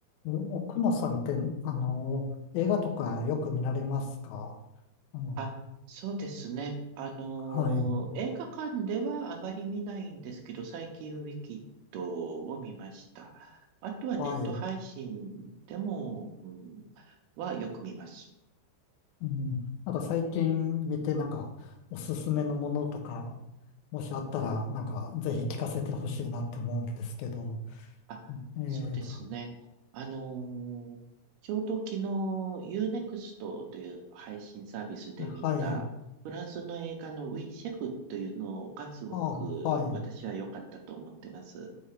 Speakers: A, on the left; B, on the right.
A: え奥野さんって、あの、映画とかよく見られますかあの、
B: あ、そうですね。あのー映画館ではあまり見ないんですけど、
A: はい、
B: 最近ウィキッドを見ました。あとはネット配信でも、
A: はい。
B: うん、はよく見ます。
A: うん、なんか最近見て、なんか、おすすめのものとか、もしあったら、なんか、ぜひ聞かせてほしいなって思うんですけど。
B: あ、
A: えーと、
B: そうですね。あのーちょうど昨日 Unext という配信サービスで見たフランスの映画のウィシェフというのがすごく私は良かったと思ってます。
A: はい。ああ、はい。